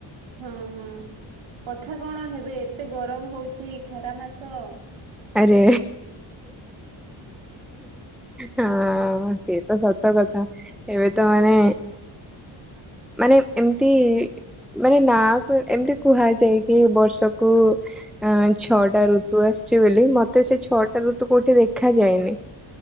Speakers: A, on the right; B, in the centre.
A: ହଁ ହଁ, କଥା କଣ ହେବେ ଏତେ ଗରମ ହଉଛି ଖରା ମାସ।
B: ଆରେ। ହଁ, ସେ ତ ସତ କଥା। ଏବେ ତ ମାନେ
A: ହୁଁ
B: ମାନେ ଏମତି ମାନେ ନା କୁ ଏମିତି କୁହାଯାଏ କି ବର୍ଷକୁ ଅ ଛଅଟା ଋତୁ ଆସେ ବୋଲି ମତେ ସେ ଛଅଟ ରୁ ତୁ କୋଉଠି ଦେଖା ଯାଏନି।